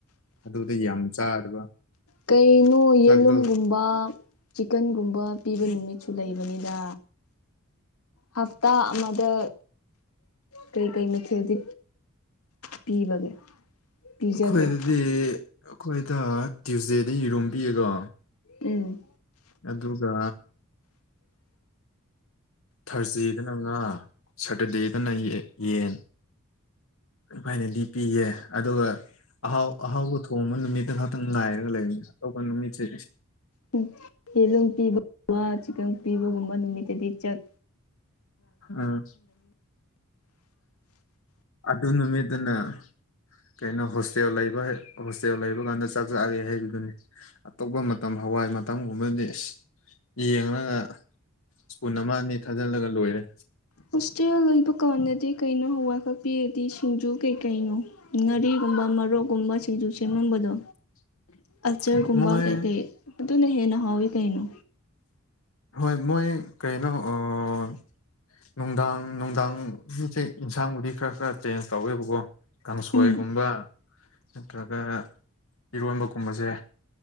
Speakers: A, on the left; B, on the left.
A: ꯑꯗꯨꯗ ꯌꯥꯝ ꯆꯥꯗꯕ
B: ꯀꯩꯅꯣ ꯌꯦꯂꯨꯝꯒꯨꯝꯕ
A: ꯆꯥꯛꯗꯣ
B: ꯆꯤꯀꯟꯒꯨꯝꯕ ꯄꯤꯕ ꯅꯨꯃꯤꯠꯁꯨ ꯂꯩꯕꯅꯤꯗ ꯍꯞꯇꯥ ꯑꯃꯗ ꯀꯩꯀꯩ ꯃꯊꯦꯜꯗꯤ ꯄꯤꯕꯒꯦ ꯄꯤꯖꯒꯦ
A: ꯑꯩꯈꯣꯏꯗꯗꯤ ꯑꯩꯈꯣꯏꯗ ꯇꯤꯌꯨꯁꯗꯦꯗꯤ ꯌꯦꯔꯣ ꯄꯌꯦꯀꯣ
B: ꯎꯝ
A: ꯑꯗꯨꯒ ꯊꯥꯔꯁꯗꯦꯗꯅ ꯉꯥ ꯁꯇꯔꯗꯦꯗꯅ ꯌꯦ ꯌꯦꯟ ꯐꯔꯥꯏꯗꯦꯗꯤ ꯄꯤꯌꯦ ꯑꯗꯨꯒ ꯑꯍꯥꯎ ꯑꯍꯥꯎꯕ ꯊꯣꯡꯕ ꯅꯨꯃꯤꯠꯇ ꯈꯛꯇꯪ ꯉꯥꯏꯔꯒ ꯂꯩꯔꯝꯃꯦ ꯑꯇꯣꯞꯄ ꯅꯨꯃꯤꯠꯁꯦ
B: ꯎꯝ ꯌꯦꯂꯨꯝ ꯄꯤꯕꯒꯨꯝꯕ ꯆꯤꯀꯟ ꯄꯤꯕꯒꯨꯝꯕ ꯅꯨꯃꯤꯠꯇꯗꯤ ꯆꯠ
A: ꯑꯥ ꯑꯗꯨ ꯅꯨꯃꯤꯠꯇꯨꯅ ꯀꯩꯅꯣ ꯍꯣꯁꯇꯦꯜ ꯂꯩꯕ ꯍꯣꯁꯇꯦꯜ ꯂꯩꯕ ꯀꯥꯟꯗ ꯆꯥꯛ ꯆꯥꯒꯦ ꯍꯥꯏꯕꯗꯨꯅꯤ ꯑꯇꯣꯞꯄ ꯃꯇꯝ ꯍꯋꯥꯏ ꯃꯇꯝꯒꯨꯝꯕꯗꯤ ꯏꯁ ꯌꯦꯡꯂꯒ ꯁꯄꯨꯟ ꯑꯃ ꯑꯅꯤ ꯊꯥꯖꯤꯜꯂꯒ ꯂꯣꯏꯔꯦ
B: ꯍꯣꯁꯇꯦꯜ ꯂꯩꯕ ꯀꯥꯟꯗꯗꯤ ꯀꯩꯅꯣ ꯍꯋꯥꯏꯈꯛ ꯄꯤꯗꯤ ꯁꯤꯡꯖꯨ ꯀꯩꯀꯩꯅꯣ ꯉꯥꯔꯤꯒꯨꯝꯕ ꯃꯔꯣꯛꯀꯨꯝꯕ ꯁꯤꯡꯖꯨ ꯁꯦꯝꯂꯝꯕꯗꯣ
A: <unintelligible>
B: ꯑꯆꯔꯒꯨꯝꯕ
A: ꯃꯣꯏ
B: ꯀꯩꯀꯩ ꯑꯗꯨꯅ ꯍꯦꯟꯅ ꯍꯥꯎꯋꯤ ꯀꯩꯅꯣ
A: ꯍꯣꯏ ꯃꯣꯏ ꯀꯩꯅꯣ ꯑꯥ ꯅꯨꯡꯗꯥꯡ ꯅꯨꯡꯗꯥꯡꯒꯤꯁꯦ ꯏꯟꯁꯥꯡꯕꯨꯗꯤ ꯈꯔ ꯈꯔ ꯆꯦꯟꯖ ꯇꯧꯋꯦꯕꯀꯣ ꯀꯥꯡꯁꯣꯏꯒꯨꯝꯕ
B: ꯎꯝ
A: ꯅꯠꯇ꯭ꯔꯒ ꯏꯔꯣꯟꯕ ꯒꯨꯝꯕꯁꯦ